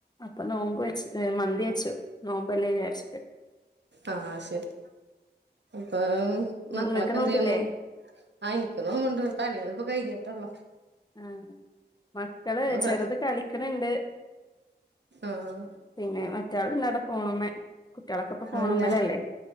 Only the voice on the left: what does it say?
അപ്പൊ നോമ്പ് വെച്ച് മന്തി വച്ചു നോമ്പല്ലെ വിചാരിച്ചിട്ട്.
നിങ്ങക്ക് നോമ്പില്ലേ
ആഹ് മക്കള് ചെറുത്
കളിക്കണണ്ട്.
പിന്നെ മറ്റാൾ ന്താട ഫോണ് മ്മ കുട്ടികളൊക്കെ ഇപ്പൊ ഫോണ്
മ്മലല്ലേ.